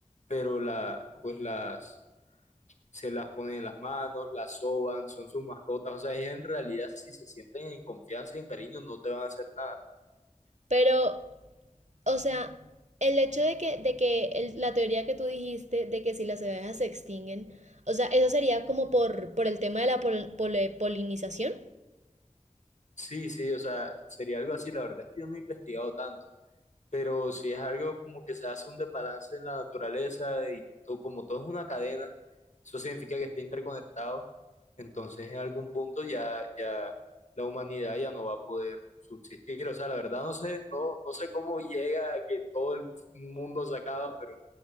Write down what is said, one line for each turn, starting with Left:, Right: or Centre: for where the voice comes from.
Left: pero la, pues las, se las ponen en las manos, las soban, son sus mascotas. O sea, ellos en realidad si se sienten en confianza y en cariño no te van a hacer nada.
Right: Pero, o sea, el hecho de que, de que el- la teoría que tú dijiste de que si las abejas se extinguen, o sea, eso sería como por, por el tema de la pol- pole- polinización.
Left: Sí, sí, o sea, sería algo así. La verdad es que yo no he investigado tanto. pero si es algo como que se hace un desbalance en la naturaleza y to- como todo es una cadena, eso significa que está interconectado, entonces en algún punto ya, ya la humanidad ya no va a poder subsistir. O sea, la verdad no sé, no, no sé cómo llega a que todo el mundo se acaba, pero,